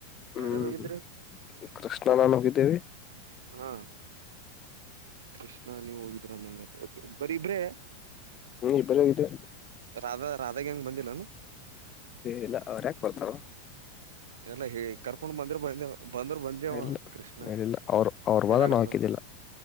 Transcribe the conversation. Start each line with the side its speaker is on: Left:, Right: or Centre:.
Left: ಹ್ಮ್
Right: ಯಾರ್ಯಾರು ಹೋಗಿದ್ರಿ
Left: ಕೃಷ್ಣ ನಾನು ಹೋಗಿದ್ದೇವಿ.
Right: ಹ್ಹಾ ಕೃಷ್. ನಾ ನೀವ್ ಹೋಗಿದ್ರ ಅಂನಗ ಆತ ಬರಿ ಇಬ್ರೆ.
Left: ಹ್ಮ್ ಇಬ್ಬರ ಹೋಗಿದ್ದೇವಿ
Right: ರಾಧಾ ರಾಧಾಗ ಹೆಂಗ ಬಂದಿಲ್ಲ ಅನು.
Left: ಇಲ್ಲಾ ಅವ್ರ ಯಾಕ ಬರ್ತಾವು.
Right: ಎಲ್ಲ ಹೇ ಕರ್ಕೊಂಡ್ ಬಂದರು ಬಂದೇವ ಬಂದರು ಬಂದೇವ
Left: ಇಲ್ಲ
Right: ಕೃಷ್ಣಾ
Left: ಇಲ್ಲ ಅವ್ರ ಅವ್ರ
Right: ಏ
Left: ಬಾದ
Right: ನಡರು
Left: ನಾವ್ ಹಾಕಿದ್ದಿಲ್ಲ
Right: ಮಂದ.